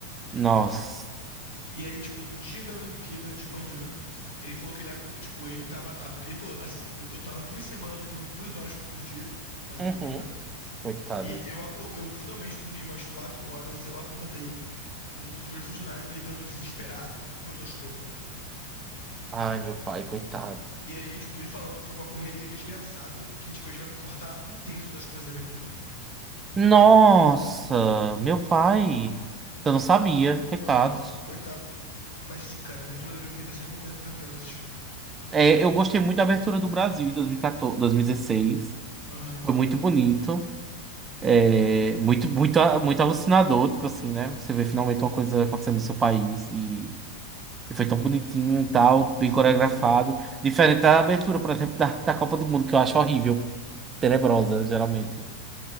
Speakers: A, on the right (about 20°); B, on the left (about 55°).
A: Nossa.
B: E aí, tipo, no dia da Olimpíada, de manhã, ele falou que ele, aco- tipo, ele tava, a- ele falou assim, eu tô- tava duas semanas dormindo duas horas por dia por causa da
A: Uhum.
B: Olimpíada,
A: Coitado.
B: e eu, acor- eu finalmente dormi umas quatro horas e eu acordei com um dos meus funcionários me ligando desesperado porque começou a chover.
A: Ai, meu pai, coitado.
B: E aí, tipo, ele falando que foi uma correria desgraçada, que, tipo, a gente vai cortar um terço das coisas da abertura.
A: Nossa, meu pai. Eu não sabia, coitados.
B: Aham, coitado. Mas sim, cara, a abertura da Olimpíada é sempre uma coisa maravilhosa de assistir.
A: É, eu gostei muito da abertura do Brasil em dois mil e 2016.
B: Aham,
A: Foi muito bonito, é, muito, muito, muito alucinador, tipo assim, né? Você vê finalmente uma coisa acontecendo no seu país e, e foi tão bonitinho e tal,
B: foi,
A: bem coreografado.
B: foi lindo.
A: Diferente da abertura, por exemplo, da, da Copa do Mundo, que eu acho horrível, tenebrosa, geralmente.